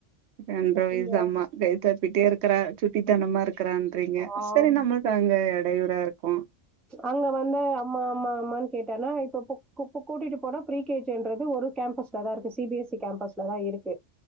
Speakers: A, on the right; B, in the centre.
A: ரெண்டற வயசு
B: இந்த
A: ஆமா கை சப்பிட்டே இருக்கறா சுட்டித்தனமா இருக்கறான்றிங்க
B: ஆ
A: சரி நம்ம அங்க எடையூரா இருக்கும்
B: அங்க வந்து அம்மா அம்மா அம்மான் கேட்டானா இப்ப கு பு கு கூட்டிட்டு போனா ப்ரீ கே ஜி ன்றது ஒரு கேம்பஸ்ல தா இருக்கு சி பி எஸ் சி கேம்பஸ்ல தா இரு க்கு